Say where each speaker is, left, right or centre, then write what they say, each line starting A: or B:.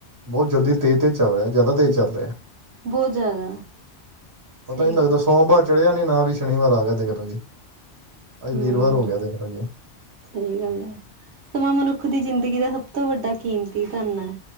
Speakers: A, on the right; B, on the right.
A: ਬਹੁਤ ਜਲਦੀ ਤੇਜ਼ ਤੇ ਚੱਲ ਰਿਹਾ, ਜ਼ਿਆਦਾ ਤੇਜ਼ ਚੱਲ ਰਿਹਾ।
B: ਬਹੁਤ ਜ਼ਿਆਦਾ
A: ਪਤਾ
B: ਸਹੀ
A: ਨੀ ਲੱਗਦਾ,
B: ਗੱਲ
A: ਸੋਮਵਾਰ ਚੜਿਆ ਨੀ ਨਾਲ ਹੀ ਸ਼ਨੀਵਾਰ ਆ ਗਿਆ ਦੇਖ ਲੋ ਜੀ, ਆਜ
B: ਹਮ
A: ਵੀਰਵਾਰ ਹੋ ਗਿਆ ਦੇਖ ਲੋ ਜੀ।
B: ਸਹੀ ਗੱਲ ਐ, ਸਮਾਂ ਮਨੁੱਖ ਦੀ ਜ਼ਿੰਦਗੀ ਦਾ ਸਭ ਤੋਂ ਵੱਡਾ ਕੀਮਤੀ ਤਾਨ ਐ।